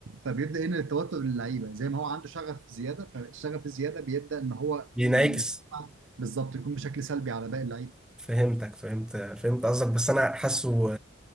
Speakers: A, on the right (about 65°); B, in the centre.
A: فبيبدا هنا التوتر للعيبه زي ما هو عنده شغف زياده فالشغف الزياده بيبدا ان هو
B: بينعكس
A: ي- بالظبط يكون بشكل سلبي على باقي اللعيبه
B: فهمتك فهمت فهمت قصدك بس انا حاسه